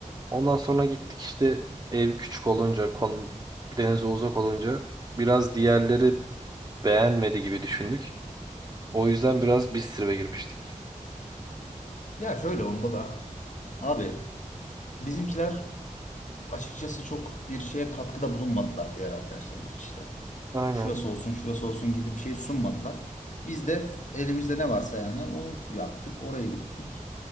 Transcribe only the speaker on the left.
Ya şöyle onda da abi bizimkiler açıkçası çok bir şeye katkıda bulunmadılar diğer arkadaşlarımız işte.
Şurası olsun şurası olsun gibi bir şey sunmadılar. Biz de elimizde ne varsa yani onu yaptık oraya gittik.